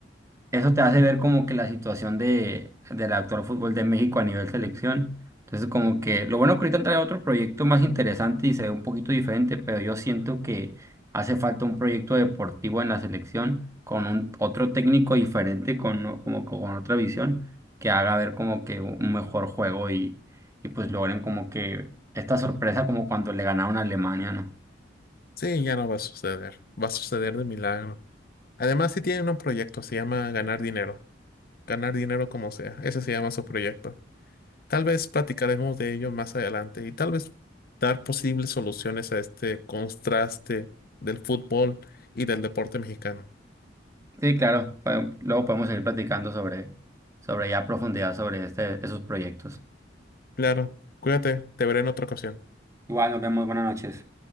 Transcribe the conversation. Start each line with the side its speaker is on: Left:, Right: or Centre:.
Right: eso te hace ver como que la situación de, del actual fútbol de México a nivel selección. Entonces, como que lo bueno que ahorita trae otro proyecto más interesante y se ve un poquito diferente, pero yo siento que hace falta un proyecto deportivo en la selección con un, otro técnico diferente, con, o- como, que con otra visión, que haga ver como que un mejor juego y, y pues logren como que esta sorpresa como cuando le ganaron a Alemania, ¿no?
Left: Sí, ya no va a suceder. Va a suceder de milagro. Además, sí tienen un proyecto, se llama ganar dinero. Ganar dinero como sea. Ese se llama su proyecto. Tal vez platicaremos de ello más adelante y tal vez dar posibles soluciones a este contraste del fútbol y del deporte mexicano.
Right: Sí, claro, pa- luego podemos seguir platicando sobre, sobre ya a profundidad sobre este, esos proyectos.
Left: Claro, cuídate, te veré en otra ocasión.
Right: Igual, nos vemos, buenas noches.